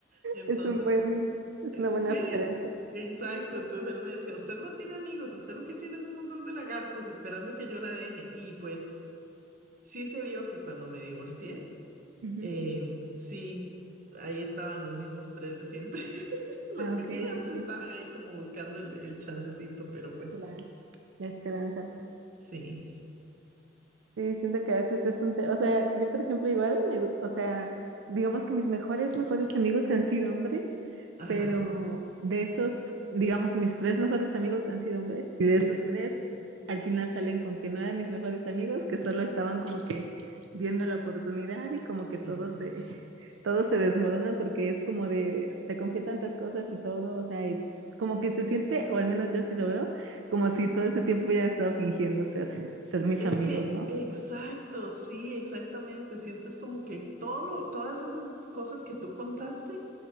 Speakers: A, on the right; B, on the right.
A: Entonces,
B: Es un buen, es
A: Eh,
B: una buena
A: Sí,
B: referencia.
A: exacto. Entonces él me decía, usted no tiene amigos, usted lo que tiene es un montón de lagartos esperando que yo la deje. Y pues sí se vio que cuando me divorcié,
B: Ujú.
A: eh, sí, s- ahí estaban los mismos tres de siempre, <laughs> los
B: Ah,
A: que
B: ok,
A: siempre
B: sí, sí.
A: estaban ahí como buscando el, el chancecito, pero pues
B: La, la esperanza.
A: sí,
B: Sí, siento que a veces es un tema, o sea, yo por ejemplo igual, me, gu- o sea, digamos que mis mejores, mejores amigos han sido hombres,
A: ajá.
B: pero de esos, digamos, mis tres mejores amigos han sido hombres, y de esos tres, al final salen con que no eran mis mejores amigos, que solo estaban como que viendo la oportunidad y como que todo
A: mm.
B: se, todo se desmorona porque es como de, te confía tantas cosas y todo, o sea, y como que se siente, o al menos yo sí lo veo, como si todo este tiempo hubieran estado fingiendo ser, ser mis
A: Es
B: amigos,
A: que,
B: ¿no?
A: exacto, sí, exactamente. Sientes como que todo lo- todas esas cosas que tú contaste.